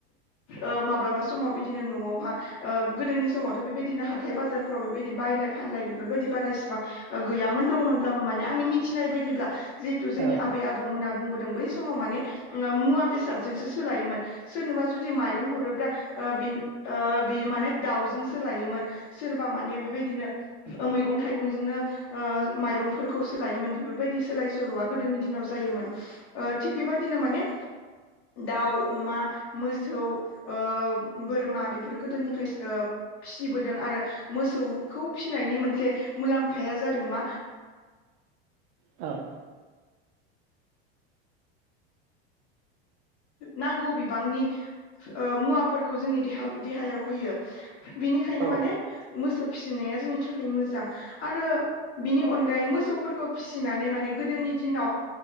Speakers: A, on the left; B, on the right.
A: ओ माब्लाबा समाव बिदिनो न'आवहा ओ गोदोनि समावथ' बेबायदिनो हाथाय बाजारफ्राव बेबायदि बायलाय फानलाय बेफोरबायदि बारा इसेबां गैयामोन दङमोनब्लाबो माने आंनि मिथिनाय बायदिब्ला जिहेतु
B: औ
A: जोंनि आबै आबौमोनाबो बुंबोदों बै समाव माने मुवा बेसादजोंसो सोलायोमोन सोरनोबा जुदि माइरं हरोब्ला बे बियो माने दाउजों सोलायोमोन सोरबा माने बेबायदिनो मैगं थाइगंजोंनो माइरंफोरखौ सोलायोमोन बेफोरबायदि सोलाय सोल'आ गोदोनि दिनाव जायोमोन ओ थिग बेबायदिनो माने दाउ, अमा, मोसौ, ओ बोरमा बेफोरो गोदोनिफ्राय फिसिबोदों आरो मोसौखौ फिसिनायनि मोनसे मुलाम्फाया जादों मा
B: औ।
A: नांगौ बिबांनि मुवाफोरखौ जोंनि देहा देहायाव होयो। बिनिखायनो
B: औ
A: माने मोसौ फिसिनाया जोंनि थाखाय मोजां आरो बिनि अनगायै मोसौफोरखौ फिसिनानै माने गोदोनि दिनाव